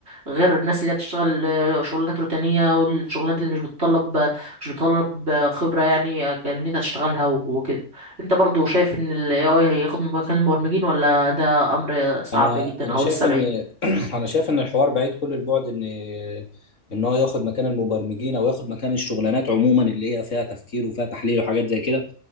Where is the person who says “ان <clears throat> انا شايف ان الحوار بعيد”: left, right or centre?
Left